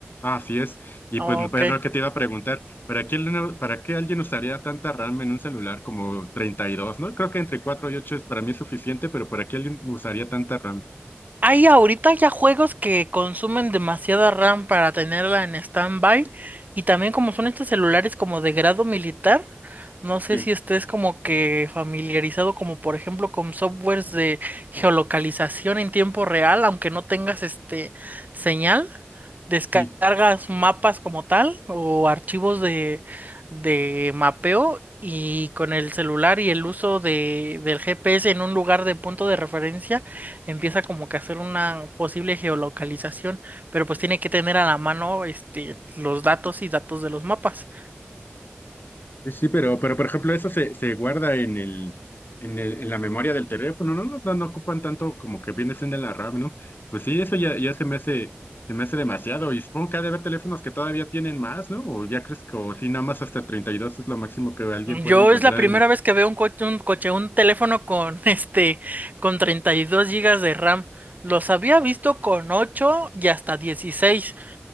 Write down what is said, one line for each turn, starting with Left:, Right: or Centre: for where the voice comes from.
Left: Ah, así es. Y
Right: Ok.
Left: pues pues, lo que te iba a preguntar, ¿para qué, le- para qué alguien usaría tanta RAM en un celular como treinta y dos ¿no? Creo que entre 4 y 8 es para mí es suficiente, pero ¿para qué alguien usaría tanta RAM?
Right: Hay ahorita ya juegos que consumen demasiada RAM para tenerla en stand-by y también como son estos celulares como de grado militar, no
Left: Sí,
Right: sé si estés como que familiarizado como por ejemplo con softwares de geolocalización en tiempo real, aunque no tengas este señal, descargas
Left: sí.
Right: mapas como tal o archivos de, de mapeo. Y con el celular y el uso de, del GPS en un lugar de punto de referencia empieza como que a hacer una posible geolocalización, pero pues tiene que tener a la mano este los datos y datos de los mapas.
Left: Sí, sí, pero, pero por ejemplo, eso se, se guarda en el, en el, en la memoria del teléfono, ¿no? No, no, no ocupan tanto como que viene siendo la RAM, ¿no? Pues sí, eso ya, ya se me hace, se me hace demasiado. Y supongo que ha de haber teléfonos que todavía tienen más, ¿no? O ya crees que, o sí, nada más hasta 32 es lo máximo que alguien puede
Right: Yo
Left: encontrar
Right: es la primera
Left: en.
Right: vez que veo un coche, un coche, un teléfono con <laughs> este con 32 gigas de RAM. Los había visto con 8 y hasta 16.